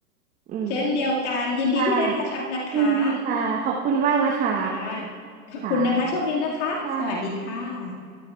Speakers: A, on the right (about 15°); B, on the left (about 45°).
A: อืม
B: เช่นเดียวกันยินดีที่ได้แคชอัพนะคะ
A: ค่ะยินดีค่ะขอบคุณมากนะคะ
B: ค่ะขอบคุณนะคะโชคดีนะคะสวัสดีค่ะ
A: ค่ะใช่